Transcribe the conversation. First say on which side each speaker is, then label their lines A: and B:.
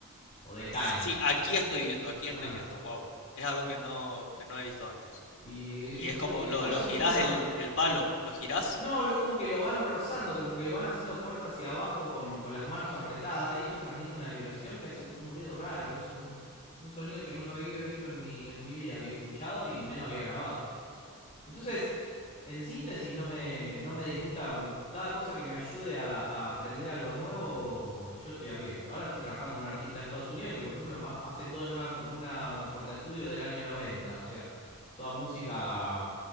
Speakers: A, on the left; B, on the left.
A: o de caña.
B: sí, aquí estoy viendo, aquí
A: Ah,
B: estoy viendo, wow. Es algo que no, que no he visto antes.
A: y,
B: Y
A: es
B: es como,
A: un, y
B: lo,
A: hace
B: lo girás
A: un ruido,
B: el, el palo, lo girás.
A: eh, no, es como que lo van rozando, como que van haciendo fuerza hacia abajo con, con las manos apretadas y eso transmite una vibración que hace un ruido raro. Es un, un sonido que nunca había visto en mi, en mi vida, había escuchado y menos había grabado. Entonces, en síntesis, no me, no me disgusta. Cada cosa que me ayude a, a aprender algo nuevo, yo estoy abierto. Ahora estoy trabajando con un artista de Estados Unidos que, por ejemplo, hace todo en una, en una porta estudio del año noventa O sea, toda música